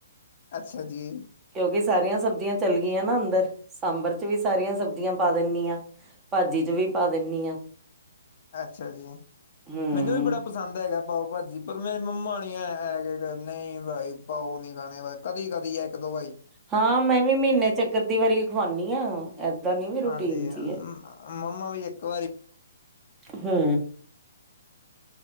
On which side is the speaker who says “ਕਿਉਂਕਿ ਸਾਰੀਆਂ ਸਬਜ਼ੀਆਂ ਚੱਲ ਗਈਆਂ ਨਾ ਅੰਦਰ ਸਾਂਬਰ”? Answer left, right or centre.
Right